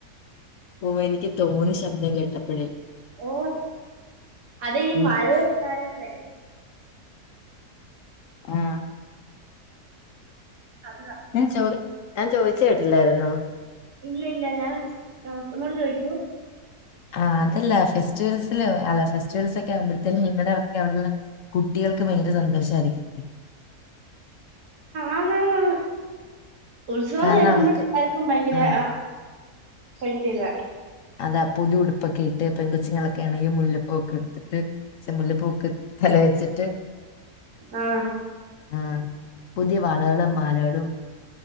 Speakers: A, on the left; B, on the right.
A: ഓ എനിക്ക് തോന്നി ശബ്ദം കേട്ടപ്പോഴേ
B: ഓ അതെ ഈ
A: ഉം
B: മഴയൊക്കെ ആയോണ്ടേ
A: ആഹ്
B: അതാ
A: ഞാൻ ചോയ് ഞാൻ ചോദിച്ച കേട്ടില്ലായിരുന്നോ
B: ഇല്ല ഇല്ല ഞാൻ ഒന്നൂടെ ചോദിക്കൂ
A: ആഹ് അതല്ല ഫെസ്റ്റിവൽസില് അല്ല ഫെസ്റ്റിവൽസ് ഒക്കെ ആവുമ്പോഴത്തേക്കും നിങ്ങളടെ ഒക്കെ അവിടുന്ന് കുട്ടികൾക്ക് ഭയങ്കര സന്തോഷമായിരിക്കും
B: ആണ് ആണ് ആണ് ഉത്സവം
A: കാരണം
B: എന്നു കേൾക്കുമ്പോൾ
A: അവർക്ക്
B: എല്ലാർക്കും ഭയങ്കര
A: ആ
B: ആഹ് ഭയങ്കര ഇതാ
A: അതാ പുതിയ ഉടുപ്പൊക്കെ ഇട്ട് പെൺ കൊച്ചുങ്ങളൊക്കെ ആണങ്കിൽ മുല്ലപ്പൂ ഒക്കെ എടുത്തിട്ട് ചെ മുല്ലപ്പൂ ഒക്കെ തലേൽ ച്ചിട്ട്
B: ആഹ്
A: ആഹ് പുതിയ വളകളും മാലകളും